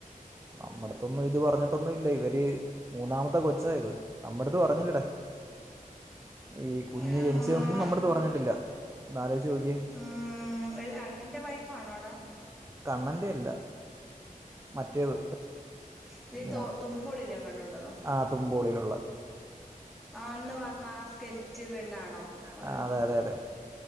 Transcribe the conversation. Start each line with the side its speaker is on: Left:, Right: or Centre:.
Right: നമ്മടത്തൊന്നും ഇത് പറഞ്ഞിട്ടൊന്നും ഇല്ല ഇവര് മൂന്നാമത്തെ കൊച്ചാ ഇത് നമ്മടെടുത്ത് പറഞ്ഞില്ലട ഈ കുഞ്ഞ്
Centre: ആഹ്
Right: ജനിച്ചൊന്നും നമ്മടെ അടുത്ത് പറഞ്ഞിട്ടില്ല. ഒന്നാലോയ്ച്ചു നോക്ക്യേ
Centre: ആഹ് ഒരു കണ്ണന്റെ വൈഫാണോടാ?
Right: കണ്ണന്റെ അല്ല മറ്റേത്
Centre: ഇല്ലെ
Right: മൂന്
Centre: തൊ തുമ്പോളില്ലേ എങ്ങാണ്ടുള്ളതോ
Right: ആഹ് തുമ്പോളിലുള്ള
Centre: ആഹ് അന്ന് വന്ന ആ സ്കെൽറ്റ് പെണ്ണാണോ ഒരു
Right: ആ, അതെ അതെ അതെ